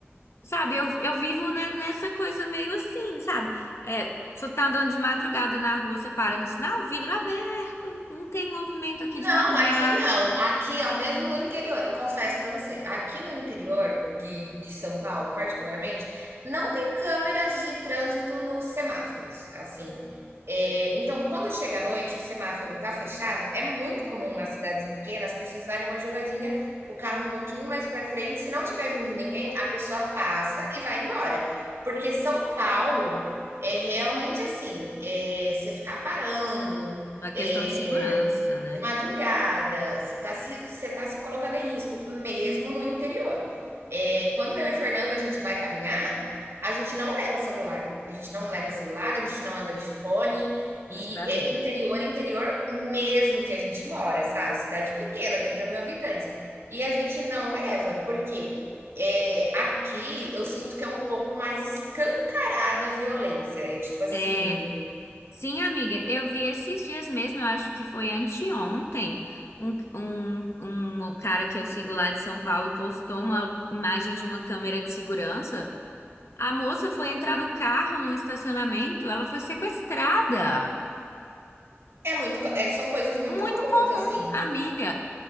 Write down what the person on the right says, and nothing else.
Não,
aqui não. Aqui, ó, mesmo no interior, eu confesso pra você, aqui no interior de, de São Paulo, particularmente, não tem câmeras de trânsito nos semáforos, assim. É, então, quando chega à noite e o semáforo tá fechado, é muito comum nas cidades pequenas as pessoas darem uma jogadinha, o carro um pouquinho mais pra frente. Se não tiver vindo ninguém, a pessoa passa e vai embora. Porque São Paulo é realmente assim, é, você ficar parando
é,
de madrugada, você está se, você tá se colocando em risco, mesmo no interior. É, quando eu e o Fernando a gente vai caminhar, a gente não leva celular. A gente não leva celular, a gente não anda de fone.
E é, interior, interior mesmo que a gente mora, sabe? Cidade pequena, 80 mil habitantes. E a gente não leva, porque é, aqui eu sinto que é um pouco mais escancarada a violência. É tipo assim,
é muito, co- é, são coisas muito
comuns,
assim.